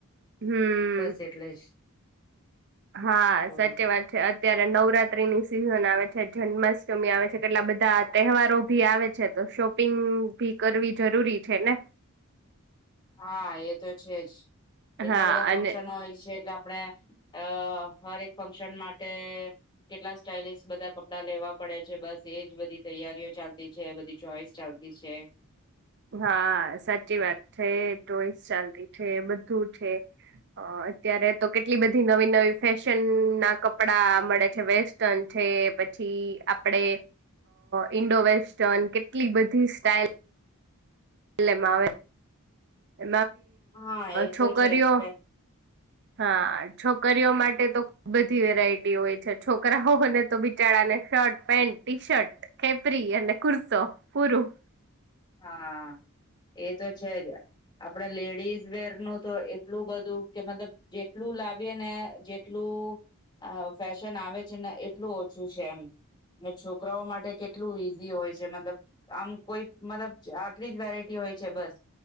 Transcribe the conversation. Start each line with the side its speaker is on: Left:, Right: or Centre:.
Right: હમ
Left: બસ એટલે જ
Right: હા
Left: બોલો
Right: સાચી વાત છે અત અત્યારે નવરાત્રીની સિઝન આવે છે જન્માષ્ટમી આવે છે કેટલા બધા તહેવારો ભી આવે છે તો શોપિંગ ભી કરવી જરૂરી છે ને
Left: હા એ તો છેજ એટલા
Right: હા
Left: બધા ફંક્શનો
Right: અને
Left: હોય છે એટલે આપડે અ હરક ફંક્શન માટે કેટલા સ્ટઇલસ બધા કપડા લેવા પડે છે બસ એજ બધી તૈયારીઓ ચાલતી છે બધી ચોઈસ ચાલતી છે
Right: હા સાચી વાત છે ચોઈસ ચાલ ર છે બધું છે અત્યારે તો કેટલી બધી નવી નવી ફેશન ના કપડાં મળે છે વેસ્ટર્ન છે પછી આપડે ઈન્ડો વેસ્ટર્ન કેટલી બધી સ્ટઇલ એલે મા આવે એ
Left: હા એ
Right: છોકરીઓ
Left: તો છે જ.
Right: હા છોકરીઓ માટે તો ખ બધી વેરાયટી હોય છ. છોકરાઓને તો બિચારને શર્ટ પેન્ટ ટી શર્ટ ખેપરી અને કુર્તો પૂરું.
Left: હા એ તો છે. જ આપણે લેડીઝ વેર ન તો એટલું બધું કે મતલબ જેટલું લાવીએ ને જેટલું ફેશન આવે છે. ને એટલું ઓછું છે. એમ અને છોકરાઓ માટે કેટલું ઈ હોય છે. મતલબ આમ કોઈ મતલબ આટલી જ વેરાયટી હોય છે. બસ